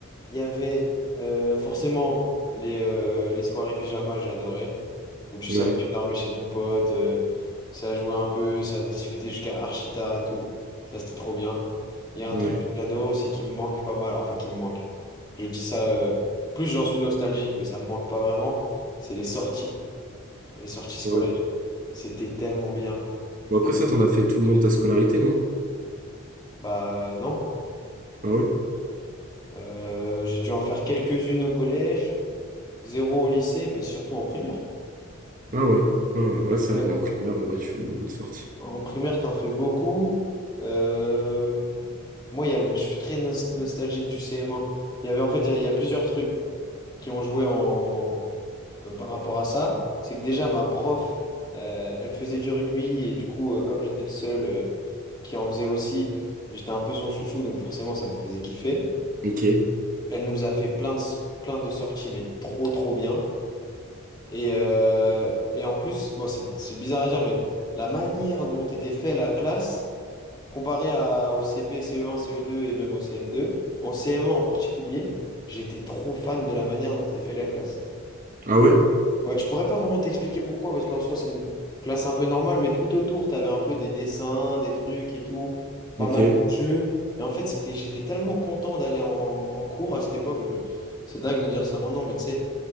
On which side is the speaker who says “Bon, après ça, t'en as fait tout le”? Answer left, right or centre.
Right